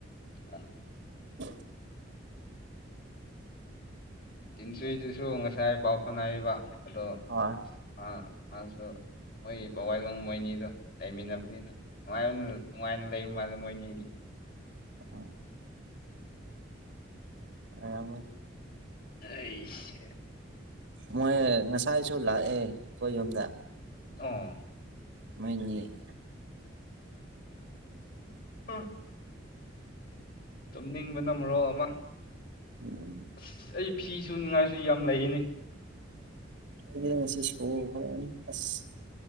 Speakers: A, on the left (about 50°); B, on the right (about 70°).
A: ꯎꯝ
B: <unintelligible>
A: ꯖꯤꯟꯆꯨꯏꯗꯨꯁꯨ ꯉꯁꯥꯏ ꯄꯥꯎ ꯐꯥꯎꯅꯌꯦꯕ ꯑꯗꯣ
B: ꯑꯣꯋꯥ
A: ꯑꯥ ꯃꯁꯨ ꯃꯣꯏ ꯄꯋꯥꯏꯂꯣꯡ ꯃꯣꯏꯅꯤꯗꯣ ꯂꯩꯃꯤꯟꯅꯕꯅꯤꯅ ꯅꯨꯡꯉꯥꯏ ꯅꯨꯡꯉꯥꯏꯅ ꯂꯩꯕ ꯃꯥꯜꯂꯦ ꯃꯣꯏꯅꯤꯗꯤ
B: ꯑ ꯎꯝ ꯑ ꯌꯥꯃꯟ
A: ꯑꯩꯁ
B: ꯃꯣꯏ ꯉꯁꯥꯏꯁꯨ ꯂꯥꯛꯑꯦ ꯑꯩꯈꯣꯏ ꯌꯨꯝꯗ
A: ꯑꯣ
B: ꯃꯣꯏꯅꯤ
A: ꯎꯝ ꯇꯨꯝꯅꯤꯡꯕꯅ ꯃꯔꯣꯜ ꯑꯃ
B: ꯎꯝ
A: ꯑꯁ ꯑꯩ ꯐꯤꯁꯨ ꯉꯥꯏꯁꯨ ꯌꯥꯝ ꯂꯩꯌꯦꯅꯤ
B: ꯑꯩꯗꯤ ꯉꯁꯤ ꯁꯨꯒꯦ ꯐꯔꯕ ꯑꯁ